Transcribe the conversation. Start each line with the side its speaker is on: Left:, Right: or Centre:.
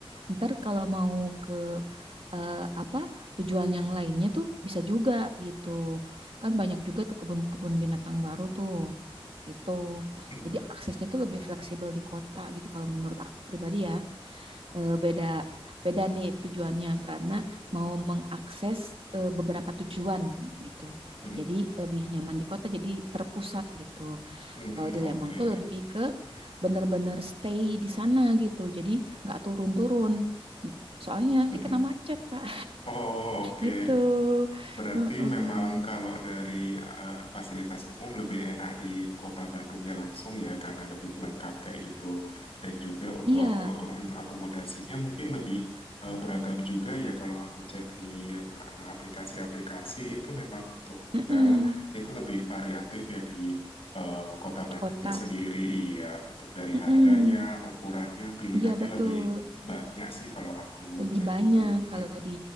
Right: Ntar kalau mau ke eh, apa tujuan yang lainnya tuh bisa juga gitu. Kan banyak juga tuh kebun-kebun binatang baru tuh. Gitu.
Left: Hmm,
Right: Jadi aksesnya tuh lebih fleksibel di kota gitu kalau menurut aku pribadi ya. Eh, beda beda nih tujuannya karena mau mengakses eh, beberapa tujuan gitu.
Left: hmm,
Right: Jadi lebih nyaman di kota jadi terpusat gitu.
Left: hmm,
Right: Nah, Kalau di
Left: oke.
Right: Lembang tuh lebih ke bener-bener stay di sana gitu. Jadi nggak turun-turun. Soalnya nanti
Left: Hmm, hmm.
Right: kena macet, Kak
Left: Oh, oke.
Right: gitu.
Left: Berarti
Right: Heeh.
Left: memang kalau dari eh, fasilitas umum lebih enak di kota Bandungnya langsung ya karena lebih lengkap kayak gitu dan juga untuk
Right: Iya,
Left: aku em, akomodasinya mungkin lebih eh, beragam juga ya kalau aku cek di eh, aplikasi-aplikasi itu memang untuk hotel
Right: Mm-mm.
Left: itu lebih variatif ya di eh, kota Bandungnya
Right: Kota.
Left: sendiri iya untuk dari
Right: Mm-mm.
Left: harganya, ukurannya, pilihannya
Right: Iya betul,
Left: lebih banyak sih kalau aku
Right: lebih
Left: cek
Right: banyak
Left: itu.
Right: kalau
Left: Mm-mm,
Right: di